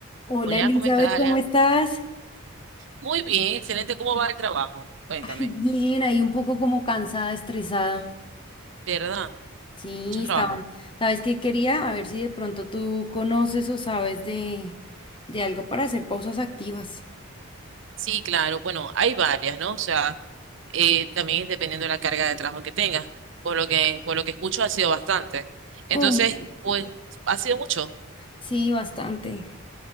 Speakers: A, on the left; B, on the right.
A: Hola
B: Hola,
A: Elizabeth,
B: ¿cómo estás,
A: ¿cómo
B: Alejandro?
A: estás?
B: Muy bien, excelente. ¿Cómo va el trabajo? Cuéntame.
A: Ay, bien, ahí un poco como cansada, estresada.
B: ¿De verdad?
A: Sí,
B: ¿Mucho
A: estaban.
B: trabajo?
A: ¿Sabes qué quería? A ver si de pronto tú conoces o sabes de, de algo para hacer pausas activas.
B: Sí, claro. Bueno, hay varias, ¿no? O sea, eh, también es dependiendo de la carga de trabajo que tengas. Por lo que, por lo que escucho, ha sido bastante. Entonces,
A: Ay, sí.
B: pues, ha sido mucho.
A: Sí, bastante.